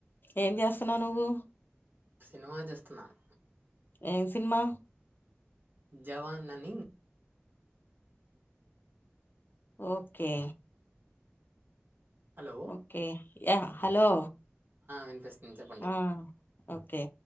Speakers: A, on the left (about 50°); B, on the right (about 50°).
A: ఏం చేస్తున్నావు నువ్వు
B: సినిమా చూస్తున్నాను
A: ఏం సినిమా
B: జవాన్ అని
A: okay
B: hello
A: okay yeah hello
B: వినిపిస్తుంది చెప్పండి
A: ఆ ఓకే